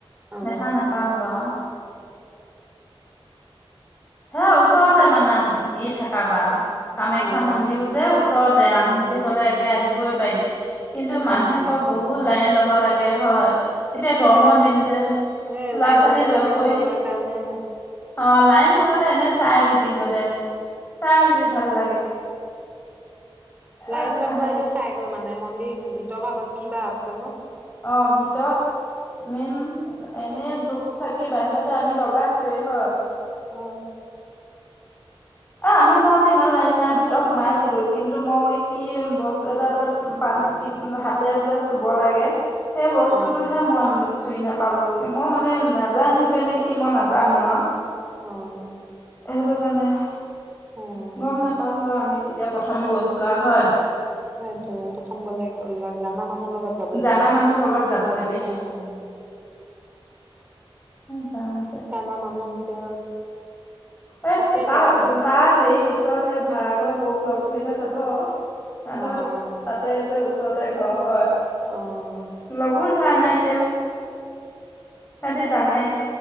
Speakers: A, on the right; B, on the left.
A: অ'।
B: দেখা নেপালো আৰু। হে ওচৰতে
A: তাকে।
B: মানে ই থাকা পা কামাখ্যা
A: অ',
B: মন্দিৰ, যে ওচৰতে আহোম
A: অ',
B: বুলি
A: অ',
B: কলে একে আহিবই পাৰি। কিন্তু
A: হয়
B: মানুহে
A: নেকি?
B: আকৌ বহুত
A: অ'।
B: লাইন লব লাগে হয় এতিয়া গৰমৰ
A: সেই
B: দিন যে। লৰা
A: এ লাইন
B: -ছোৱালী
A: ল'ব
B: লৈ
A: লাগে বুলি
B: কৰি
A: কয় কাৰণে
B: অ লাইন নললে লে এনে চাই আহিবি গদে চাই আহিবি ভাল লাগে।
A: লাইন
B: এ
A: লৈ পেলাই
B: হেই
A: যে চাইগৈ মানে মন্দিৰ, ভিতৰ ভাগত কিবা আছে নে।
B: অ ভিতৰত মেইন এনে ধূপ, চাকি, বাহিৰতে আমি লগাই আছোৱে হয়।
A: অ
B: এ আমি যাওঁতে ইমান লাইন নাই ভিতৰত সোমা। ই আছিলো কিন্তু মই ম কি বস্তু এটা বোলে পানী হাতে বোলে চুব লাগে সেই বস্তুতটো
A: অ',
B: হে মই নোচু চুই নাপালো মই মানে নাজানিলো এ নে কি মই নাজানো আৰু
A: অ'।
B: সেইটো কাৰণে
A: অ',
B: গম নোপালো আৰু আমি তেতিয়া প্ৰথম গছ ৰোৱা হয়।
A: সেইটো প্ৰথম গ'লে জানা মানুহৰ লগত যাব লাগে।
B: জানা মানুহৰ লগত যাব লাগে।
A: অ',
B: কোন জানে যে।
A: আমাৰ মানুহ এতিয়া
B: এই
A: তাকে এতিয়া
B: তাৰ তাৰ হেৰি উচ সেই ভাড়াঘৰ, বৌক, লগ ধৰিলে যাব। সেই
A: অ', অ',
B: তাত যে ওচৰতে ঘৰ হয়
A: অ',
B: লগো ধৰা নাই তেওঁ সিহঁতে জানে।